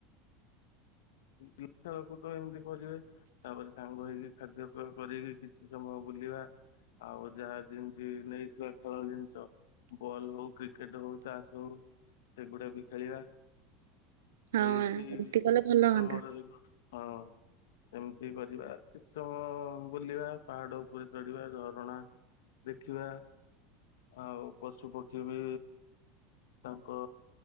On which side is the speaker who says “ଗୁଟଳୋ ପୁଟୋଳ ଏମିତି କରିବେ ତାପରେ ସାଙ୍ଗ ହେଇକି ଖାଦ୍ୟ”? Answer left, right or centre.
Left